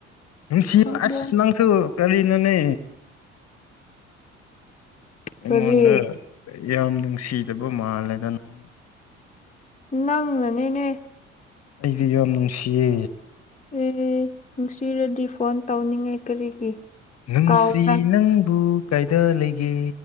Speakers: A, on the left; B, on the left.
A: ꯅꯨꯡꯁꯤꯎ
B: ꯈꯪꯕꯣ
A: ꯑꯁ ꯅꯪꯁꯨ ꯀꯔꯤ ꯅꯣꯅꯦ ꯑꯩꯉꯣꯟꯗ
B: ꯀꯔꯤ
A: ꯌꯥꯝ ꯅꯨꯡꯁꯤꯗꯕ ꯃꯥꯜꯂꯦꯗ ꯅꯪ
B: ꯅꯪꯅꯅꯤꯅꯦ
A: ꯑꯩꯗꯤ ꯌꯥꯝ ꯅꯨꯡꯁꯤꯌꯦ
B: ꯑꯦ ꯅꯨꯡꯁꯤꯔꯗꯤ ꯐꯣꯟ ꯇꯧꯅꯤꯡꯉꯦ ꯀꯔꯤꯒꯤ
A: ꯅꯨꯡꯁꯤ
B: ꯀꯥꯎꯕ꯭ꯔꯥ
A: ꯅꯪꯕꯨ ꯀꯩꯗ ꯂꯩꯒꯦ